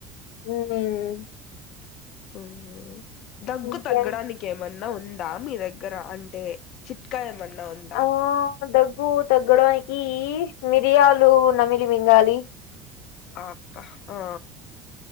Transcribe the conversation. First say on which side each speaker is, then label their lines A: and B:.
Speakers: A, on the left (about 80°); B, on the left (about 45°).
A: ఉమ్,
B: ఒ దగ్గు
A: ఇంకే
B: తగ్గడానికి ఏమన్నా ఉందా మీ దగ్గర అంటే చిట్కా ఏమన్నా ఉందా
A: ఆ, దగ్గు తగ్గడానికి మిరియాలు నమిలి మింగాలి
B: ఆ అక్క ఆ